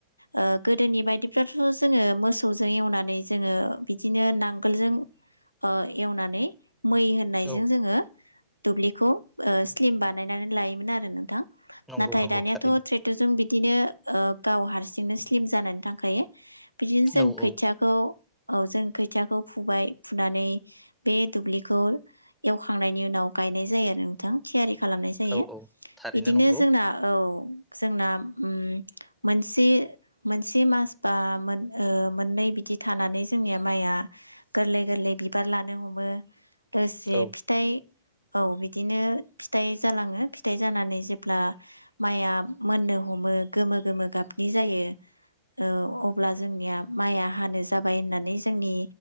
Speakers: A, on the left; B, in the centre.
A: ओ गोदोनि बायदिब्लाथ जोङो मोसौजों एवनानै जोङो बिदिनो नांगोलजों ओ एवनानै मै होननायजों
B: औ
A: जोङो दुब्लिखौ ओ स्लिम बानायनानै लायोमोन आरो। नोंथां
B: नंगौ
A: नाथाय
B: नंगौ
A: दानियाथ
B: थारैनो
A: ट्रेक्टरजों बि बिदिनो ओ गाव हारसिंनो स्लिम जानानै थांखायो बिदिनो जों
B: औ
A: खोयथियाखौ
B: औ
A: औ जों खोथियाखौ फुबाय फुनानै बे दुब्लिखौ एवखांनायनि उनाव गायनाय जायो आरो नोंथां थियारि खालामनाय जायो।
B: औ औ थारैनो
A: बिदिनो
B: नंगौ
A: जोंना‌ औ जोंना उम मोनसे मोनसे मास बा ओ मोननै बिदि थानानै जोंनिया माइआ गोरलै गोरलै बिबार लानो हमो दोरसे
B: औ
A: फिथाइ औ बिदिनो फिथाइ जालाङो फिथाइ जानानै जेब्ला माइया मोननो हमो गोमो गोमो गाबनि जायो ओ अब्ला जोंनिया माइया हानो जाबाय होननानै जोंनि